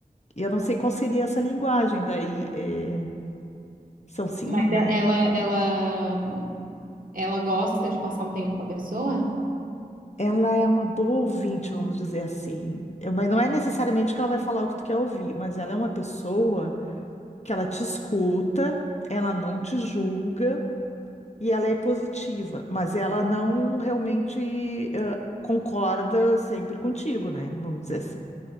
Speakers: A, on the left; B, on the right.
A: E eu não sei qual seria essa linguagem, daí é, são cinco,
B: Mas é-
A: né?
B: ela, ela, ela gosta de passar o tempo com a pessoa?
A: Ela é uma boa ouvinte, vamos dizer assim. Eh, Mas não é necessariamente que ela vai falar o que tu quer ouvir, mas ela é uma pessoa. que ela te escuta, ela não te julga e ela é positiva, mas ela não realmente eh, concorda sempre contigo, né? Vamos dizer assim.